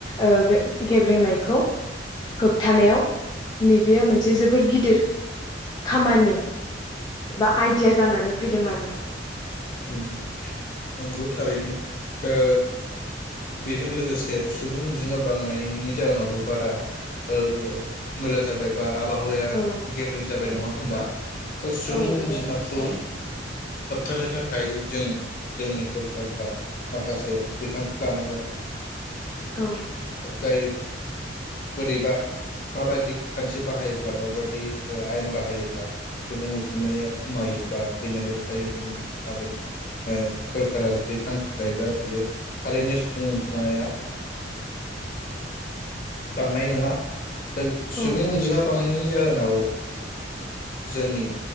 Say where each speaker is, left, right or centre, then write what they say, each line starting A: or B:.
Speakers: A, on the left; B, on the left.
A: ओ बे <unintelligible> गेब्रेंनायखौ
B: उम
A: होबथानायाव नैबेयो मोनसे जोबोर गिदिर खामानि बा आयडिया जानानै फैदों आरो।
B: ओम नंगौ थारैनो औ बेजों लोगोसे सुबुं अनजिमा बांनायनि जाहोनावबो बारा ओ मैला जाबाय बा आब आबहावाया
A: औ
B: गेब्रें जाबाय नंङा होमबा दा सुंबुं
A: औ नंगौ
B: अनजिमाखौ होबथानो थाखाय दायो जों जोंनि सरखारफ्रा माखासे बिथांखि लानांगोन
A: औ
B: ओ जायो बोरैबा माबायदि खान्थि बाहायोब्ला माबायदि आयेन बाहायोब्ला सुबुं अजिमाया खमायो बा बेनो बे थायो बेनि बागै ओ सरकारा जुदि थांखि लायोबा बियो थारैनो सुबुं अनजिमाया बांनाय नङा।
A: औ
B: सुबं अनजिमा बांनायनि जाहोनाव ओ जोंनि